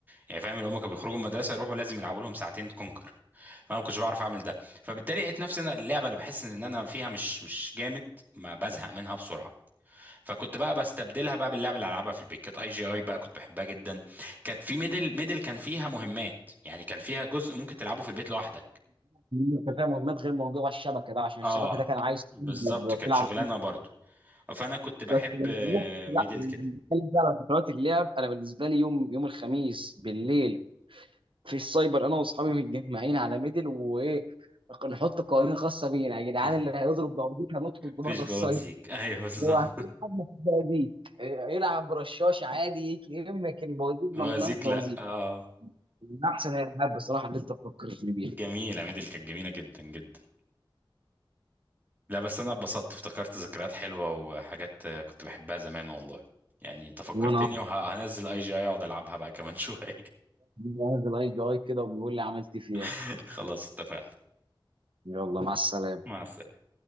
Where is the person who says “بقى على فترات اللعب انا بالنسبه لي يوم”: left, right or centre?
Right